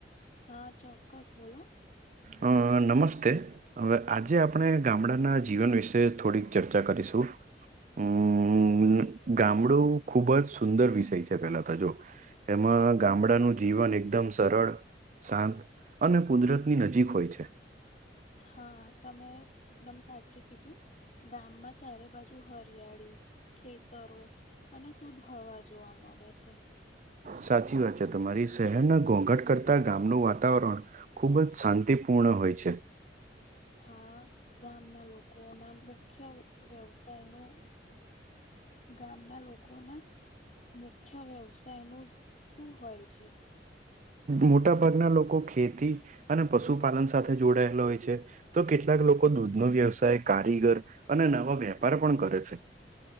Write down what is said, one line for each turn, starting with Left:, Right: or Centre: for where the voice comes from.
Left: હા, ચોક્કસ. બોલો.
Right: અ નમસ્તે. અવે, આજે આપણે ગામડાના જીવન વિશે થોડીક ચર્ચા કરીસું. અમ્મ...... મ્મ... ગામડું ખુબ જ સુંદર વિષય છે, પેલા તો જો. એમાં ગામડાનું જીવન એકદમ સરળ, સાંત અને કુદરતની નજીક હોય છે.
Left: હા, તમે એકદમ સાચું કીધું. ગામમાં ચારે બાજુ હરિયાળી ખેતરો અને સુધ હવા જોવા મળે છે.
Right: સાચી વાત છે તમારી. શહેરના ઘોંઘટ કરતા ગામનું વાતાવરણ ખૂબ જ સાંતિપૂર્ણ હોય છે.
Left: હા, ગામના લોકો ના મુખ્ય વ્યવસાય નું ગામના લોકોના મુખ્ય વ્યવસાયનું શું હોય છે?
Right: મોટા ભાગના લોકો ખેતી અને પસુપાલન સાથે જોડાયેલા ઓય છે. તો કેટલાક લોકો દૂધનો વ્યવસાય, કારીગર અને નવા વેપાર પણ કરે છે.